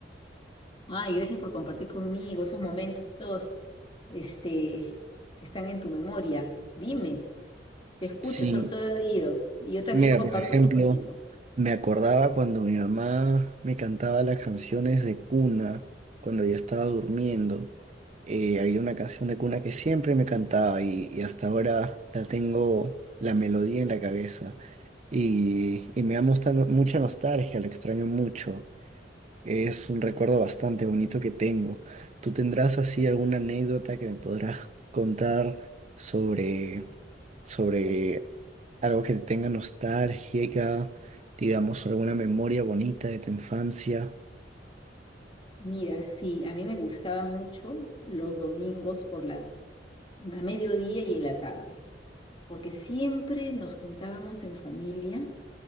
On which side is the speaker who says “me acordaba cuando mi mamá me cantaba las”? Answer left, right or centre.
Right